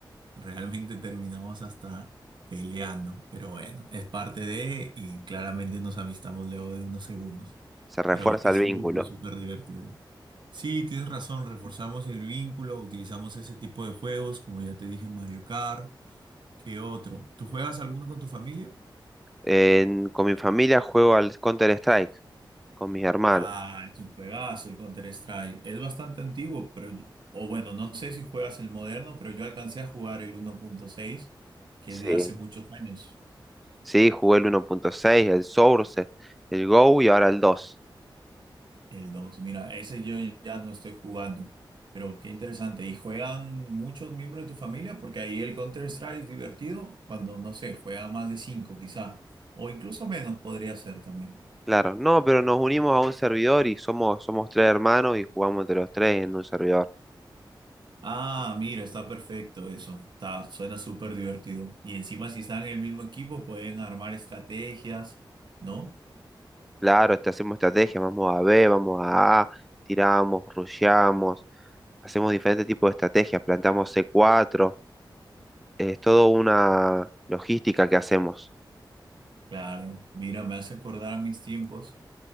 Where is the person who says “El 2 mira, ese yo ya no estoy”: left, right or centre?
Right